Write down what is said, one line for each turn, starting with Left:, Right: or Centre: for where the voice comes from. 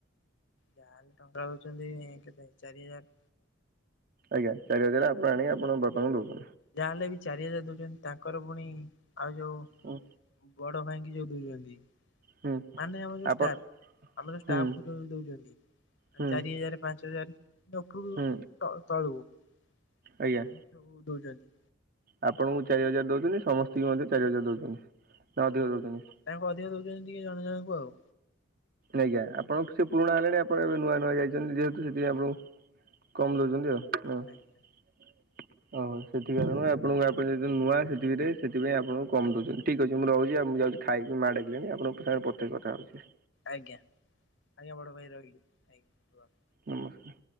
Left: ଯାହାହେଲେ ଟଙ୍କା ଦଉଚନ୍ତି କେତେ ଚାରି ହଜାର।
Right: ଆଜ୍ଞା ଚାରିହଜାର ଆପଣ ଆଣି ଆପଣଙ୍କ ବାପା ଙ୍କୁ ଦଉଚନ୍ତି?
Left: ଯାହାହଲେ ବି ଚାରି ହଜାର ଦଉଚନ୍ତି ତାଙ୍କର ପୁଣି ଆଉ ଯୋଉ
Right: ହୁଁ
Left: ବଡ ଭାଇଙ୍କି ଯୋଉ ଦଉଚନ୍ତି।
Right: ହୁଁ
Left: ମାନେ ଆମର ଯୋ
Right: ଆପଣ
Left: ଷ୍ଟାଫ ଆମର ଯୋଉ ଷ୍ଟାଫ୍
Right: ହୁଁ
Left: କୁ ଦୋ ଦଉଚନ୍ତି।
Right: ହୁଁ
Left: ଚାରି ହଜାର ପାଞ୍ଚ ହଜାର। <unintelligible> ତଳକୁ
Right: ହୁଁ
Left: ଏମିତି
Right: ଆଜ୍ଞା
Left: ସବୁ ଦଉଚନ୍ତି।
Right: ଆପଣଙ୍କୁ ଚାରି ହଜାର ଦଉଚନ୍ତି ସମସ୍ତଙ୍କୁ ମଧ୍ୟ ଚାରି ହଜାର ଦଉଚନ୍ତି। ନା ଅଧିକ ଦଉଚନ୍ତି?
Left: ତାଙ୍କୁ ଅଧିକା ଦଉଚନ୍ତି ଟିକେ ଜଣ ଜଣଙ୍କୁ ଆଉ।
Right: ଆଜ୍ଞା ଆପଣ ସେ ପୁରୁଣା ହେଲେଣି। ପଣ ଏବେ ନୂଆ ନୂଆ ଯାଇଛନ୍ତି ଯେହେତୁ ସେଥିପାଇଁ ଆପଙ୍କୁ କମ୍ ଦଉଚନ୍ତି ଆଉ। ଓହୋ
Left: ଆଜ୍ଞା
Right: ସେଥି କାରଣରୁ ଆପଣଙ୍କୁ ଆପଣ ଯଦି ନୂଆ ସେଠିରେ ସେଥିପାଇଁ ଆପଣଙ୍କୁ କମ ଦଉଚନ୍ତି। ଠିକ୍ ଅଛି ମୁଁ ରହୁଚି ଆ ମୁଁ ଯାଉଚି ଖାଇକି ମା ଡକିଲେଣି ଆପଣଙ୍କ ସାଙ୍ଗରେ ପଛେ କଥା ହେଉଚି।
Left: ଆଜ୍ଞା ଆଜ୍ଞା ବଡ ଭାଇ ରହିଲି ଆଜ୍ଞା।
Right: ନମସ୍କାର।